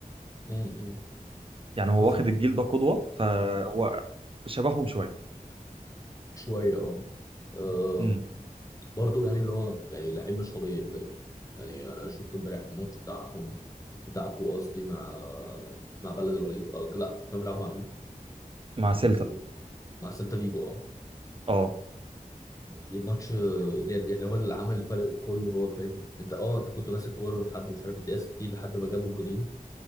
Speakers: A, on the left; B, on the right.
A: مم، مم.
B: يعني هو
A: بالظبط
B: واخد الجيل ده قدوه فهو شبههم شويه
A: شويه اه آه،
B: امم
A: برضو يعني اللي هو يعني لعيب مش طبيعي مبابي يعني انا شفت امبارح الماتش بتاعهم بتاعكو قصدي مع مع بلد الوليد أو لا كانوا بيلعبوا مع مين؟
B: مع سيلتا
A: مع سيلتا مع سيلتا فيجو اه
B: اه
A: الماتش آه، يعني يعني هو اللي عمل الفرق كله هو مبابي انت اه انت كنت ماسك كوره لحد مش عارف الدقيقه 60 لحد ما جابوا الجونين